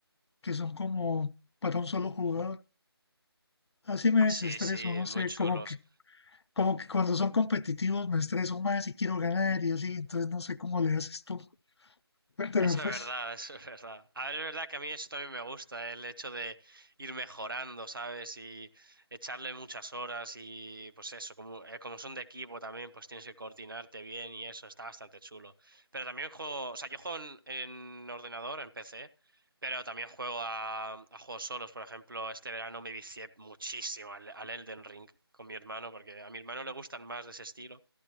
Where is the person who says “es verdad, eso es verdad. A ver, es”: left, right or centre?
Right